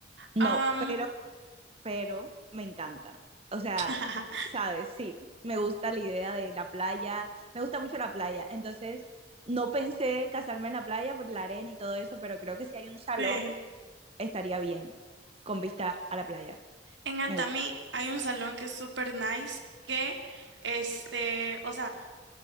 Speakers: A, on the right; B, on the right.
A: No,
B: Am,
A: pero, pero me encanta. O sea,
B: <laughs>
A: ¿sabes? Sí, me gusta la idea de la playa, me gusta mucho la playa, entonces no pensé casarme en la playa por la arena y todo eso, pero creo que si hay un salón
B: de-
A: estaría bien con vista a la playa.
B: en Atami
A: Me gusta.
B: hay un salón que es súper nice, que este, o sea,